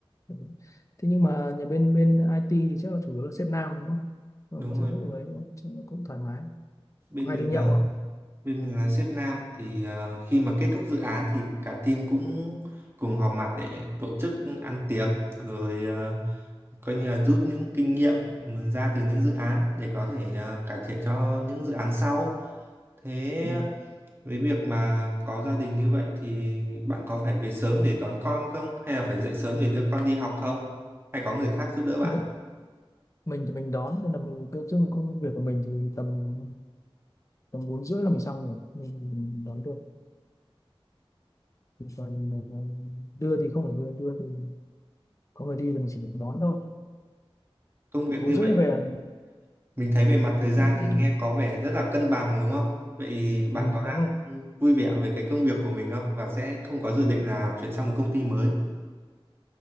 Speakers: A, on the left (about 35°); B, on the right (about 25°).
A: Ừ. thế nhưng mà nhà bên bên IT thì chắc là chủ yếu là sếp nam đúng không còn
B: đúng
A: sếp
B: rồi.
A: nữ ấy đúng không cho nó cũng thoải mái
B: Bên
A: có hay
B: mình
A: đi nhậu
B: là
A: không
B: bên mình là sếp nam thì ờ, khi mà kết thúc dự án thì cả team cũng cùng họp mặt để tổ chức ăn tiệc rồi ờ, Coi như là rút những kinh nghiệm, ừ, ra từ những dự án để có thể, à, cải thiện cho những dự án sau. Thế
A: ừ.
B: với việc mà có gia đình như vậy thì bạn có phải về sớm để đón con không? Hay là phải dậy sớm để đưa con đi học không? Hay có người khác giúp đỡ bạn?
A: Mấy, mình thì mình đón nên là mình tiêu dưng công việc của mình thì tầm tầm bốn rưỡi là mình xong rồi mình đón được còn ờ, đưa thì không phải đưa đưa thì có người đi thì mình chỉ được đón thôi
B: Công việc
A: bốn
B: như
A: rưỡi
B: vậy
A: về
B: thì
A: là
B: mình thấy về
A: mình
B: mặt thời gian
A: cũng
B: thì nghe có vẻ rất là cân bằng đúng không? Vậy bạn
A: ừ,
B: có đang
A: đúng không
B: vui vẻ với cái công việc của mình không? Và sẽ không có dự định là chuyển sang một công ty mới?